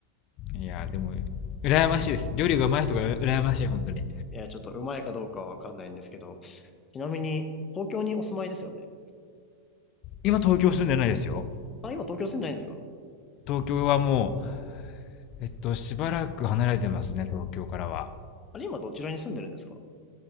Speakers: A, on the left; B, on the left.
A: いやーでも羨ましいです料理がうまい人が羨ましい本当に
B: いや、ちょっとうまいかどうかはわかんないんですけど、ちなみに、東京にお住まいですよね。
A: 今東京住んでないですよ
B: あ、今東京住んでないんですか
A: 東京はもうえっとしばらく離れてますね東京からは
B: あれ、今どちらに住んでるんですか